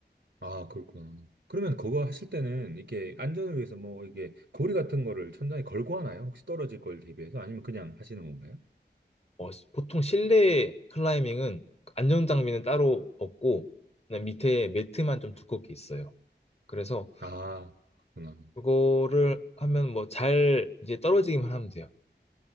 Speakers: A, on the right; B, on the left.
A: 아, 그렇구나. 그러면 그거 하실 때는 이렇게 안전을 위해서 뭐 이게 고리 같은 거를 천장에 걸고 하나요? 혹시 떨어질 걸 대비해서? 아니면 그냥 하시는 건가요?
B: 어, 시- 보통 실내 클라이밍은 안전 장비는 따로 없고 그냥 밑에 매트만 좀 두껍게 있어요. 그래서
A: 아, 그렇구나.
B: 그거를 하면 뭐 잘 이제 떨어지기만 하면 돼요.